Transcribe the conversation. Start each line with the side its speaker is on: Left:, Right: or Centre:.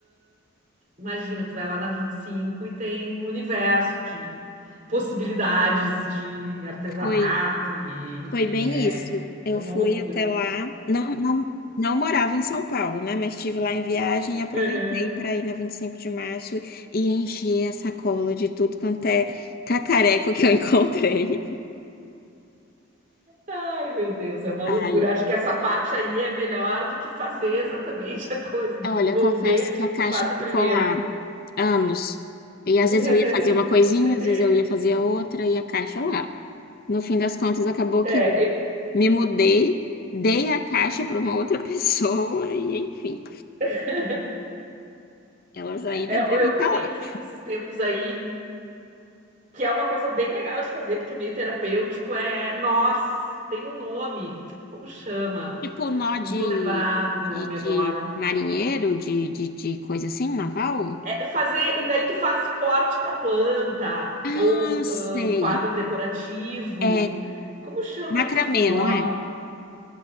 Right: imagina, tu vai lá na vinte e cinco e tem um universo de possibilidades de artesanato
Left: Foi,
Right: e, enfim,
Left: foi bem
Right: é,
Left: isso. Eu
Right: é uma
Left: fui
Right: loucura.
Left: até lá, não, não, não morava em São Paulo, né? Mas estive lá em viagem e aproveitei
Right: <laughs>
Left: para ir na 25 de março e encher a sacola de tudo quanto é cacareco que eu <laughs> encontrei.
Right: Ai, meu Deus, é uma
Left: Ai,
Right: loucura. Acho que essa parte aí é melhor do que fazer exatamente <laughs> a coisa, desenvolver.
Left: olha, confesso que a caixa
Right: Tu faz o primeiro.
Left: ficou lá anos. E às
Right: <laughs>
Left: vezes eu ia fazer uma coisinha, às vezes eu ia fazer outra e a caixa lá. No fim das contas, acabou
Right: É,
Left: que eu
Right: eu...
Left: Me mudei, dei a caixa para uma outra <laughs> pessoa e, enfim,
Right: <laughs>
Left: elas ainda
Right: É,
Left: devem
Right: eu
Left: estar
Right: também
Left: lá.
Right: fiz esses tempos aí, que é uma coisa bem legal de fazer, porque é meio terapêutico, é nós, tem um nome, como chama?
Left: Tipo nó
Right: Não
Left: de,
Right: vou lembrar do
Left: de,
Right: nome agora.
Left: de marinheiro, de, de, de coisa assim, naval?
Right: É fazer, e daí tu faz suporte para planta,
Left: Ah,
Right: ou
Left: sei.
Right: ah, um quadro decorativo.
Left: É
Right: Como chama
Left: macramê,
Right: isso do nó?
Left: não é?